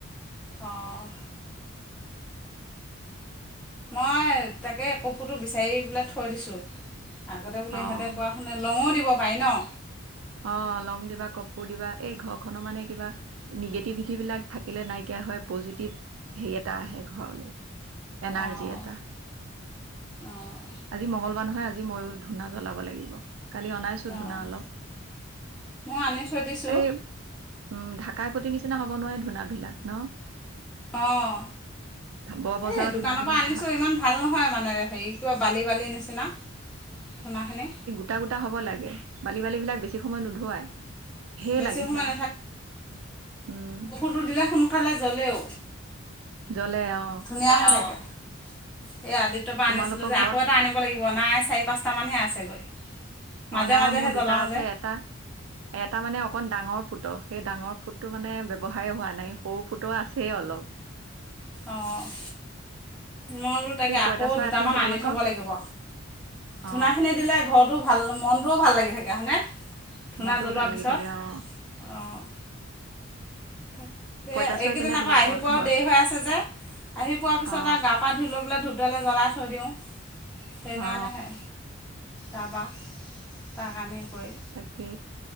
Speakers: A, in the centre; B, on the right.
A: অঁ। মই তাকে কফুটো বিচাৰি পেলাই থৈ দিছোঁ। আগতে বোলো
B: অ
A: ইহঁতে কোৱা মানে লঙো দিব পাৰি ন?
B: অ লং দিবা, কপোৰ দিবা এই ঘৰ খনৰ মানে কিবা নিগেটিভিটিবিলাক থাকিলে নাইকিয়া হয় পজিটিভ হেৰি এটা আহে ঘৰলৈ। এনাৰ্জি
A: অঁ
B: এটা।
A: অঁ
B: আজি মঙগলবাৰ নহয় আজি মইও ধূনা জ্বলাব লাগিব, কালি অনাইছো
A: অঁ
B: ধূনা অলপ।
A: মই আনি থৈ দিছোঁ।
B: এই উম ঢাকাই পতি নিচিনা হ'ব নোৱাৰে ধূনাবিলাক ন?
A: অঁ।
B: বৰ বজাৰৰ
A: এই দোকানৰ
B: ধূনাবিলাক
A: পৰা আনিছোঁ ইমান ভাল নহয় মানে হেৰিটো আৰু বালি বালিৰ নিচিনা। ধুনাখিনি।
B: গোটা-গোটা হব লাগে, বালি-বালি বিলাক বেছি সময় নোধুৱাই, সেয়
A: বেছি
B: লাগে
A: সময়
B: সেয়া উম।
A: ফটো দিলে সোনকালে জ্বলেও।
B: জ্বলে অ।
A: বেয়া হৈ থাকে, সেই আদিত্য পৰা
B: তোমালোকৰ
A: আনিছিলোঁ যে
B: ঘৰত
A: আকৌ এটা আনিব লাগিব, নাই চাৰি - পাঁচ টামানহে আছেগৈ। মাজে
B: অ, নাই
A: মাজেহে
B: মোৰ
A: জ্বলাওঁ
B: দুটা আছে
A: যে
B: এটা এটা মানে অকণ ডাঙৰ ফুটো, সেই ডাঙৰ ফুটটো মানে ব্যৱহাৰেই হোৱা নাই সৰু ফুটো আছে অলপ।
A: অ'। মই বোলো তাকে
B: এই পঁইতা
A: আকৌ
B: চৰাই
A: দুটামান
B: আছে নে তোমালোকৰ
A: আনি থ'ব লাগিব। ধূনাখিনি
B: অ
A: দিলে ঘৰত টো ভাল মনটোও ভাল লাগি থাকে হয়নে, ধূনা
B: মনটোও
A: জ্বলোৱাৰ
B: ভাল লাগি
A: পিছত?
B: থাকে অ
A: অ'। তাকে
B: পঁইতা চৰাই
A: এইকেইদিন
B: কেনে
A: আকৌ
B: তোমালোকৰ
A: আহি পোৱাও
B: ঘৰত
A: দেৰি হৈ আছে যে, আহি পোৱাৰ পিছত
B: অ
A: আৰু গা পা ধুই লৈ পেলাই ধূপডালৈ জ্বলাই থৈ দিওঁ, সেইকাৰণেহে।
B: অ
A: তাবা তাক আনি কৰি।
B: তাকে,